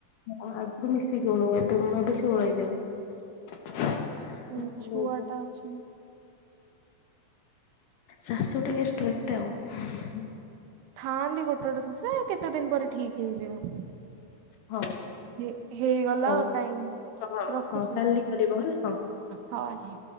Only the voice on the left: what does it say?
ହଁ ଆଗରୁ ମିଶିକି ଓଳଉ ଏବେ ଏବେ ସେ ଓଳେଇ ଦେବେ।
ବହୁତ
ଶାଶୁ ଟିକେ ଷ୍ଟ୍ରିକ୍ଟ ଆଉ।
ହଁ
ହଉ
ହଁ
ହଁ କାଲି କରିବ ହେଲା ହଁ।